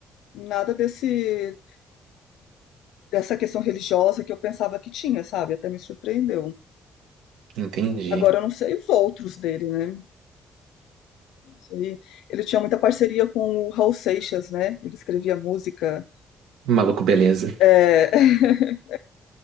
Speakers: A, on the left; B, on the right.
A: nada desse dessa questão religiosa que eu pensava que tinha, sabe? Até me surpreendeu.
B: entendi.
A: Agora eu não sei os outros dele, né? Sim. Ele tinha muita parceria com o Raul Seixas, né? Ele escrevia música.
B: Maluco beleza.
A: É, <laughs>